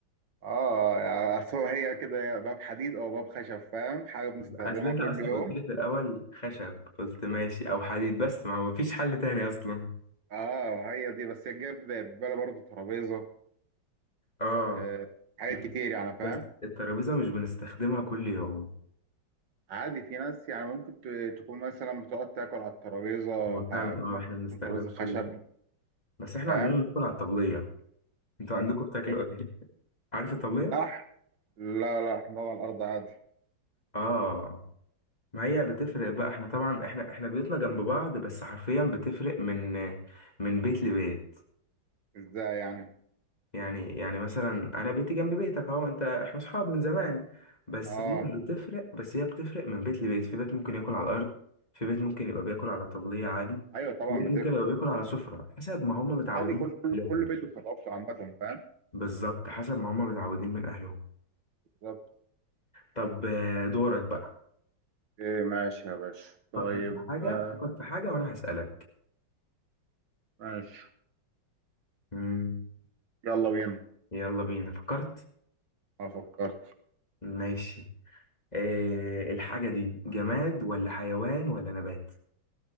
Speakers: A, on the right; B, on the left.
A: اه يعني أصل هو هي كده يا باب حديد او باب خشب فاهم حاجة بنستخدمها
B: اصل انت
A: كل
B: اصلا
A: يوم
B: قلت لي في الاول خشب قلت ماشي او حديد بس ما هو مفيش حل تاني اصلا
A: اه هي دي بس جاب في بالي برضه ترابيزة
B: اه
A: آه، حاجات
B: بس
A: كتير يعني فاهم
B: بس الترابيزة مش بنستخدمها كل يوم
A: عادي في ناس يعني ممكن ت- تكون مثلا بتقعد تاكل على الترابيزة
B: هو
A: فممكن
B: فعلا اه احنا بنستخدمها
A: تكون ترابيزة خشب
B: كل يوم بس احنا
A: فاهم
B: عندنا بناكل على الطبلية انتوا عندكم بتاكلوا
A: طب
B: ايه؟ عارف الطبلية؟
A: لح لا لا حمار على الأرض عادي
B: اه ما هي بتفرق بقى احنا طبعا احنا احنا بيوتنا جنب بعض بس حرفيا بتفرق من من بيت لبيت
A: ازاي يعني
B: يعني يعني مثلا انا بيتي جنب بيتك اهو انت احنا اصحاب من زمان بس
A: اه
B: هي بتفرق بس هي بتفرق من بيت لبيت في بيت ممكن ياكل على الارض في بيت ممكن يبقى بياكل على طبلية عادي
A: ايوه طبعا
B: في بيت
A: بتفرق
B: ممكن يبقى بياكل على سفرة حسب ما هم متعودين
A: عادي كل كل
B: من اهلهم
A: كل بيت بتخلص عامة فاهم
B: بالظبط حسب ما هم متعودين من اهلهم
A: بالظبط
B: طب آه، دورك بقى
A: ايه ماشي يا باشا طيب
B: فكر في حاجة
A: آه،
B: فكر في حاجة وانا هسألك
A: ماشي
B: مم،
A: يلا بينا
B: يلا بينا فكرت
A: اه فكرت
B: ماشي إيه الحاجة دي جماد ولا حيوان ولا نبات